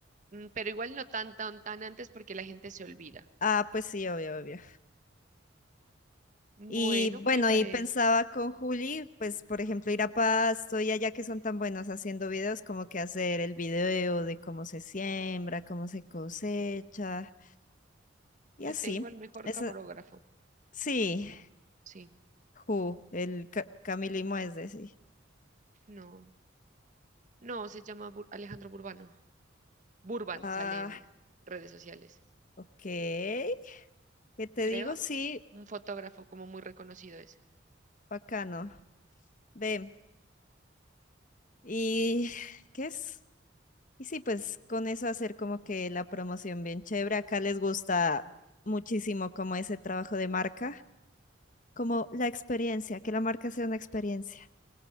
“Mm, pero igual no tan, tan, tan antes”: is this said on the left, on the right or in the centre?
Right